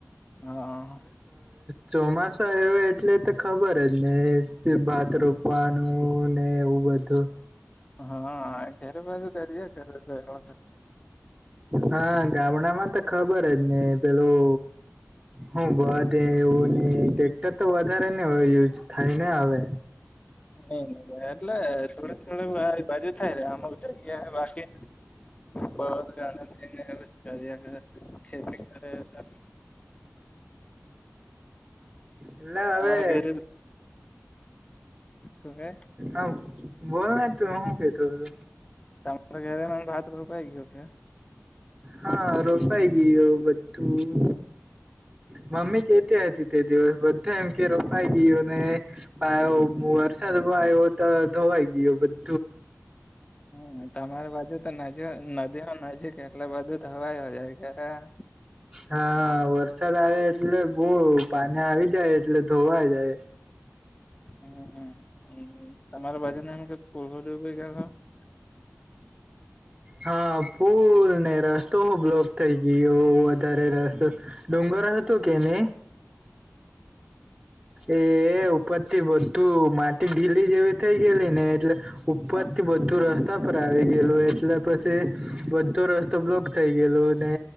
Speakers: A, on the left; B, on the right.
A: હા
B: ચોમાસો આવ્યો એટલે તો ખબર જ નઈ <unintelligible> વાનું ને એવું બધું
A: હા ઘેર <unintelligible> તો
B: હા ગામડામાં તો ખબર જ નઈ પેલું હું બળદ એવું નહી ટ્રેક્ટર તો વધારે ને હોય યુઝ થઈને આવે
A: નહી ન ન એટલે થોડી થોડી બાજુ થાય આમ <unintelligible> બાકી બળદ ગાડા ને એવુ બસ ચાલ્યા કરે ખેતી કરે તો <inaudible>
B: એલા
A: તમારા
B: હવે
A: ઘરે શું કે
B: આમ બોલ ને તું હું કેતો હતો?
A: તમારે <unintelligible> ગયો છે
B: હા રોપાઈ ગીયો એ બધું. મમ્મી કેતી હતી તે દિવસ બધા એમ કે રોપાઈ ગયો ને આવો વરસાદ આવો તો ધોવાઈ ગયો બધ
A: હમ્મ તમારી બાજુ તો નદી નદી હૌ નજીક એટલે બધું થવાય હોજાય કે કા
B: હા વરસાદ આવે એટલે બહુ પાની આવી જાય એટલે ધોવાય જાય.
A: હમ્મ હમ્મ એવું. તમારા બાજુને કે <inaudible>
B: હા પૂલને રસતો હો બલો્ક થઈ ગયો વધારે રસ્તો ડુંગર હતો કે ની એ ઉપર થી બધું માટી ઢીલી જેવી થઈ ગયેલી ને એટલે ઉત્પત્તિ
A: હા
B: બધું રસ્ રસ્તા પર આવી ગયેલું એટલે પછી બધો રસ્તો બ્લોક થઈ ગયેલું, ને